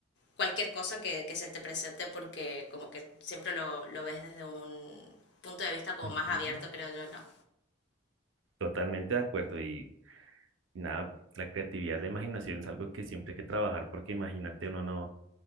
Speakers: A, on the left; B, on the right.
A: cualquier cosa que, que se te presente porque como que siempre lo, lo ves desde un punto de vista como
B: Ujú.
A: más abierto, creo yo, ¿no?
B: Totalmente de acuerdo y nada, la creatividad, la imaginación es algo que siempre hay que trabajar porque imagínate, uno no,